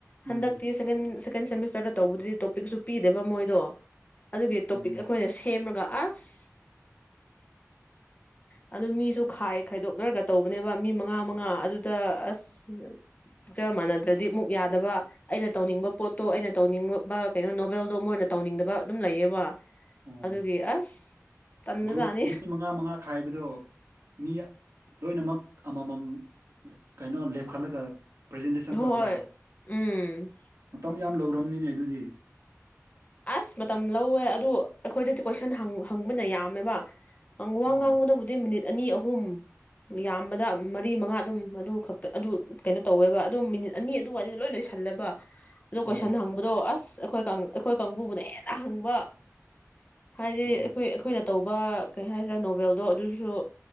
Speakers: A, on the left; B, on the right.
A: ꯍꯟꯗꯛꯛꯇ
B: ꯎꯝ
A: ꯁ ꯁꯦꯀꯦꯟ ꯁꯦꯃꯤꯁꯇꯔꯗ ꯇꯧꯕꯗꯨꯗꯤ ꯇꯣꯄꯤꯛꯁꯨ ꯄꯤꯗꯦꯕ ꯃꯣꯏꯗꯣ ꯑꯗꯨꯒꯤ ꯇꯣꯄꯤꯛ
B: ꯎꯝ
A: ꯑꯩꯈꯣꯏꯅ ꯁꯦꯝꯃꯒ ꯑꯁ ꯑꯗꯨ ꯃꯤꯁꯨ ꯈꯥꯏ ꯈꯥꯏꯗꯣꯛꯅꯔꯒ ꯇꯧꯕꯅꯦꯕ ꯃꯤ ꯃꯉꯥ ꯃꯉꯥ ꯑꯗꯨꯗ ꯑꯁ ꯄꯣꯛꯆ ꯃꯥꯟꯅꯗ꯭ꯔꯗꯤ ꯑꯃꯨꯛ ꯌꯥꯗꯕ ꯑꯩꯅ ꯇꯧꯅꯤꯡꯕ ꯄꯣꯠꯇꯣ ꯑꯩꯅ ꯇꯧꯅꯤꯡꯕ ꯀꯩꯅꯣ ꯅꯣꯕꯦꯜꯗꯣ ꯃꯣꯏꯅ ꯇꯧꯅꯤꯡꯗꯕ ꯑꯗꯨꯝ ꯂꯩꯌꯦꯕ
B: ꯑꯣ
A: ꯑꯗꯨꯒꯤ ꯑꯁ ꯇꯟꯕꯖꯥꯠꯅꯤ
B: ꯒ꯭ꯔꯨꯞ ꯃꯤ ꯃꯉꯥ ꯃꯉꯥ ꯈꯥꯏꯕꯗꯣ ꯃꯤ ꯂꯣꯏꯅꯃꯛ ꯑꯃꯃꯝ ꯀꯩꯅꯣ ꯂꯦꯞꯈꯠꯂꯒ ꯄ꯭ꯔꯖꯦꯟꯇꯦꯁꯟ
A: ꯍꯣꯏ
B: ꯇꯧꯕ꯭ꯔꯥ
A: ꯎꯝ
B: ꯃꯇꯝ ꯌꯥꯝ ꯂꯧꯔꯝꯅꯤꯅꯦ ꯑꯗꯨꯗꯤ
A: ꯑꯁ ꯃꯇꯝ ꯂꯧꯋꯦ ꯑꯗꯨ ꯑꯩꯈꯣꯏꯗꯗꯤ ꯀꯣꯏꯁꯟ ꯍꯪꯕꯅ ꯌꯥꯝꯃꯦꯕ ꯑꯪ ꯋꯥꯡ
B: ꯑꯣ
A: ꯉꯥꯡꯕꯗꯕꯨꯗꯤ ꯃꯤꯅꯤ ꯑꯅꯤ ꯑꯍꯨꯝ ꯌꯥꯝꯕꯗ ꯃꯔꯤ ꯃꯉꯥ ꯑꯗꯨꯝ ꯑꯗꯨ ꯈꯛꯇ ꯑꯗꯨ ꯀꯩꯅꯣ ꯇꯧꯋꯦꯕ ꯑꯗꯨ ꯃꯤꯅꯤꯠ ꯑꯅꯤ ꯑꯗꯨꯋꯥꯏꯗꯨꯗ ꯂꯣꯏ ꯂꯣꯏꯁꯤꯜꯂꯕ ꯑꯗꯨꯣ ꯀꯟ
B: ꯑꯣ
A: ꯍꯪꯕꯗꯣ ꯑꯁ ꯑꯩꯈꯣꯏꯪ ꯍꯣꯏ ꯀꯥꯡꯕꯨꯕꯨꯅ ꯍꯦꯟꯅ ꯍꯪꯕ ꯍꯥꯏꯗꯤ
B: ꯑꯣ
A: ꯑꯩꯈꯣꯏ ꯑꯩꯈꯣꯏ ꯇꯧꯕ ꯀꯩ ꯍꯥꯏꯁꯤꯔꯥ ꯅꯣꯕꯦꯜꯗꯣ ꯑꯗꯨꯁꯨ